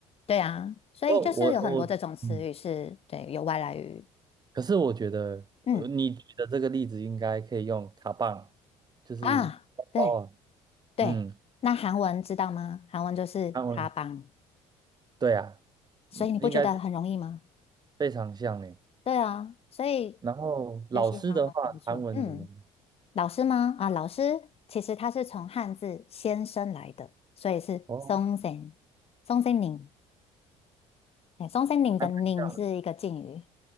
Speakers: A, on the left (about 45°); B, on the right (about 30°).
A: 对啊，所以就是有很多这种词语是，
B: 哦，我我嗯，
A: 对，有外来语。
B: 可是我觉得，
A: 嗯
B: 呃，你举的这个例子应该可以用卡棒，就是包包啊，
A: 啊，对对，
B: 嗯，
A: 那韩文知道吗？韩文就是卡邦，
B: 韩文，对啊，
A: 所以你不觉得很容易吗？
B: 嗯应该非常像诶。
A: 对啊，所以
B: 然后老师的话，
A: 学习韩文还不错。
B: 韩文怎么？
A: 嗯，老师吗？啊，老师其实他是从汉字先生来的，所以是松森松森宁。
B: 哦，
A: 哎，松森宁的宁是一个敬语，
B: 还蛮像的